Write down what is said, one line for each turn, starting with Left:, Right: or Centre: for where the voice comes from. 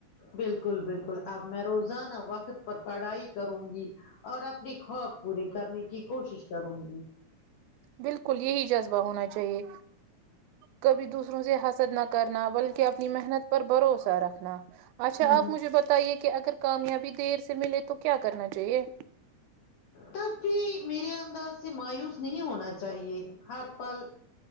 Left: بالکل بالکل اب میں روزانہ وقت پر پڑھائی کروں گی اور اپنی خواب پوری کرنے کی کوشش کروں گی
Right: بالکل یہی جذبہ ہونا چاہیے کبھی دوسروں سے حسد نہ کرنا بلکہ اپنی محنت پر بھروسہ رکھنا اچھا
Left: ہوں
Right: اب
Left: ہ
Right: مجھے بتائیے کہ اگر کامیابی دیر سے ملے تو کیا کرنا چاہیے
Left: تب بھی میرے انداز سے مایوس نہیں ہونا چاہیے ہر پل